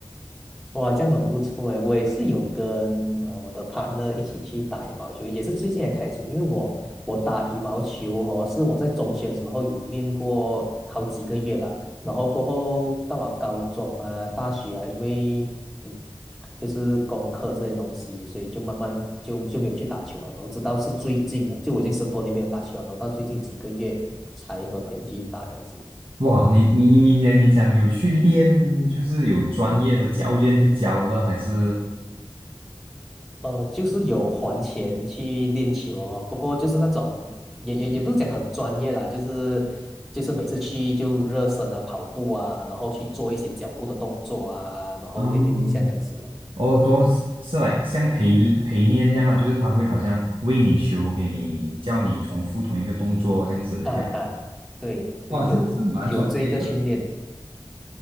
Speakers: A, in the centre; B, on the right.
A: 哇，这样很不错诶，我也是有跟呃我的 partner 一起去打羽毛球，也是最近才开始。因为我我打羽毛球哦，是我在中学的时候有练过好几个月了，然后过后到了高中啊、大学啊，因为嗯就是功课这些东西，所以就慢慢就就没有去打球啊。然后直到是最近啊，就我已经十多年没有打球了，然后到最近几个月才和朋友一起打这样子。
B: 哇，你你你你讲你讲有去练，就是有专业的教练去教的，还是？
A: 呃，就是有还钱去练球哦，不过就是那种也也也不是讲很专业啦，就是就是每次去就热身啊、跑步啊，然后去做一些脚步的动作啊，然后练练一下这样子的。
B: 哦，哦，多是是来像陪陪练这样啦，就是他会好像为你球，给你叫你重复同一个动作这样子的一个。
A: 啊啊，对对，
B: 哇，这样是蛮专业的。
A: 有有这个训练，